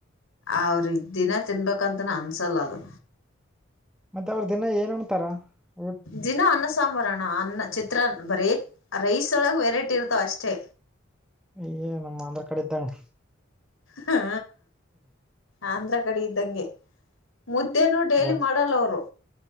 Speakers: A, on the left; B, in the centre.
A: ಅವ್ರ ದಿನ ತಿನ್ಬೇಕಂತ ನ ಅನ್ಸಲ್ಲ ಅದು.
B: ಮತ್ತೆ ಅವ್ರ ದಿನ ಏನ್ ಉಣತಾರ! ವ.
A: ದಿನ ಅನ್ನಸಾಮರಾಣ ಅನ್ನ ಚಿತ್ರಾನ್ ಬರೀ ರೈಸ್ ಒಳಗೆ ವೆರೈಟಿ ಇರ್ತಾವ ಅಷ್ಟೇ.
B: ಅಯ್ಯ ನಮ್ಮ ಆಂದ್ರ ಕಡೆ ಇದ್ದಂಗ.
A: ಹಾ ಆಂಧ್ರ ಕಡೆ ಇದ್ದಂಗೆ ಮುದ್ದೇನ ಡೈಲಿ
B: ಬಸ್
A: ಮಾಡಲ್ಲ ಅವರು.